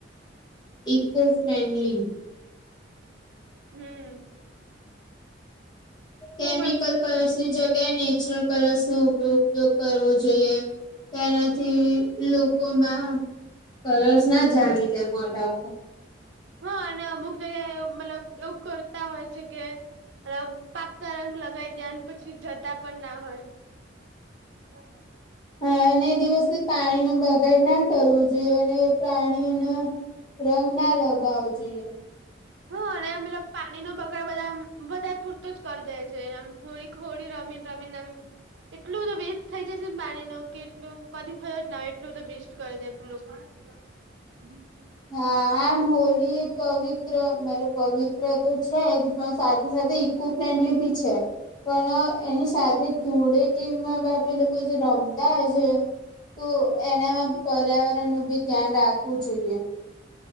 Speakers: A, on the left; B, on the right.
A: Eco friendly.
B: હમ્મ.
A: કેમિકલ
B: પણ
A: કલર્સ ની જગ્યાએ નેચરલ કલર્સ નો ઉપયોગ કરવો જોઈએ. તેનાથી લોકોમાં કલર્સ ના જામી જાય મોઢા ઉપર.
B: હા અને અમુક જગ્યા એ મતલબ એવું કરતા હોય છે કે. મતલબ પાક્કા રંગ લગાવી દે અને પછી જતા પણ ના હોય. <unintelligible>
A: હા અને એ દિવસથી પાણી નો બગાડ ના કરવો જોઈએ અને પ્રાણીઓને. રંગ ના લગાવ જોઈએ. <unintelligible>
B: હા અને મતલબ પાણીનો બગાડ બધા બધા પૂરતું જ કરી દે છે એમ હોળી હોળી રમીન રમીન એમ. એટલો બધો વેસ્ટ થઈ જશે એમ પાણી ન કે એટલ કદી થયો ના એટલો બધો વેસ્ટ કરી દે લોકો. <unintelligible>
A: હા આમ હોળી પવિત્ર મત પવિત્ર તો છે જ પણ સાથે સાથે. ખૂબ ફ્રેન્ડલી બી છે. પણ એની સાથે ધૂળેટીમાં આપે લોકો જે રમતા હોય છે. તો એનામાં પર્યાવરણનું ભી ધ્યાન રાખવું જોઈએ.